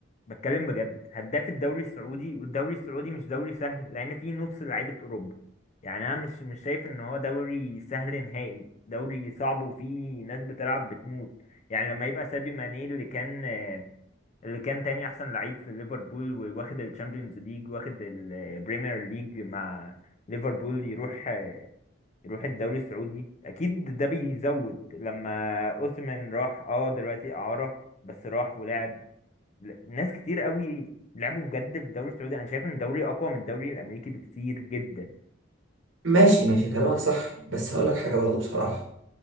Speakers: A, on the left (about 35°); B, on the right (about 75°).
A: بتكلم بجد هداف الدوري السعودي والدوري السعودي مش دوري سهل لان فيه نص لعيبه اوروبا يعني انا مش مش شايف ان هو دوري سهل نهائي دوري صعب وفيه ناس بتلعب بتموت يعني لما يبقى ساديو ماني اللي كان اللي كان تاني احسن لعيب في ليفربول وواخد الشامبيونز ليج واخد البريمير ليج مع ليفربول يروح يروح الدوري السعودي اكيد ده بيزود لما اوسمن راح اه دلوقتي اعاره بس راح ولعب ل- ناس كتير قوي لعبوا بجد في الدوري السعودي انا شايف ان الدوري اقوى من الدوري الامريكي بكتير جدا
B: ماشي ماشي كلامك صح بس هقول لك حاجه برضه بصراحه